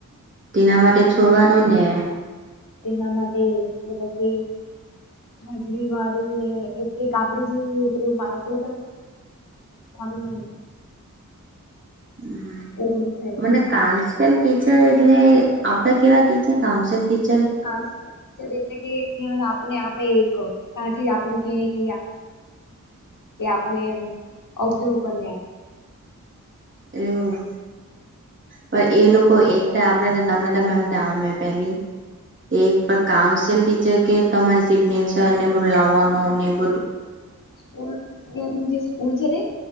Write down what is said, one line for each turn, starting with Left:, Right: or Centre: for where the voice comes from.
Right: તેના માટ. છોડવાનું ને.
Left: દના માટે દિવ. <inaudible> હાજરી વાળું ને એક એક આપડી જે પેલું માઇક્રો આપું. <inaudible>
Right: હમ.
Left: એગું છે.
Right: મને કાઉન્સલ ટીચર એટલે આપડા કેવા ટીચર કાઉન્સલ ટી
Left: ખાસ કરી કે આપને આપે એકહ. ત્યાંથી આપણે ટ આપ ઓબઝર્વ કરી લે.
Right: એવું પણ એ લોકો
Left: આપણ
Right: એકતા નમમામ પેલી. <inaudible> એક કાઉન્સેલ ટીચર કે તમારે સિગ્નેચર ને બુ લાવવાનું ને બ
Left: સ્કૂલ જે સ્કૂલ છે.